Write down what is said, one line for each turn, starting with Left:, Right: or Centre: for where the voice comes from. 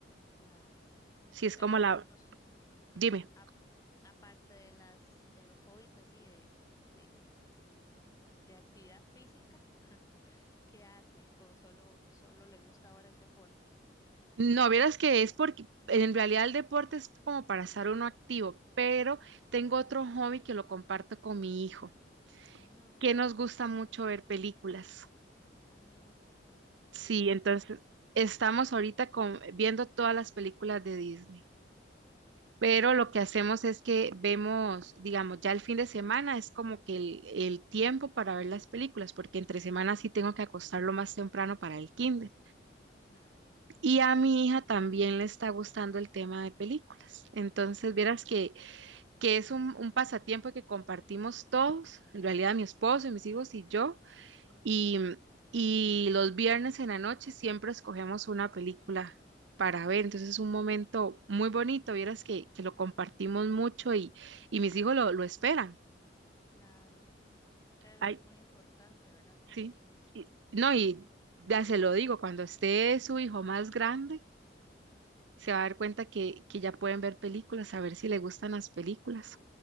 Left: claro.
Right: Si es
Left: Pero
Right: como
Left: digamos,
Right: la,
Left: ajá,
Right: dime,
Left: ap- aparte de las de los hobbies así de de, de actividad física, qué hace o solo, solo le gusta ahora el deporte.
Right: no, vieras que es porque en realidad el deporte es como para estar uno activo, pero tengo otro hobby que lo comparto con mi hijo,
Left: Ujú.
Right: que nos gusta mucho ver películas.
Left: Ah,
Right: Sí,
Left: ¿y de qué
Right: entonces
Left: tipo?
Right: estamos ahorita con, viendo todas las películas de Disney. Pero lo que hacemos es que vemos, digamos, ya el fin de semana es como que el, el tiempo para ver las películas, porque entre semanas sí tengo que acostarlo más temprano para el kinder.
Left: Claro.
Right: Y a mi hija también le está gustando el tema de películas. Entonces,
Left: Ah,
Right: vieras que, que es un, un pasatiempo que compartimos todos, en realidad mi esposo, mis hijos y yo,
Left: ujú,
Right: y, y los viernes en la noche siempre escogemos una película para ver. Entonces es un momento muy bonito, vieras que, que lo compartimos mucho y, y mis hijos lo, lo esperan.
Left: Claro. Claro,
Right: Ay,
Left: es muy importante, ¿verdad? También
Right: Sí.
Left: eso.
Right: Y- no, y ya se lo digo, cuando esté su hijo más grande, se va a dar cuenta que, que ya pueden ver películas, a ver si le gustan las películas.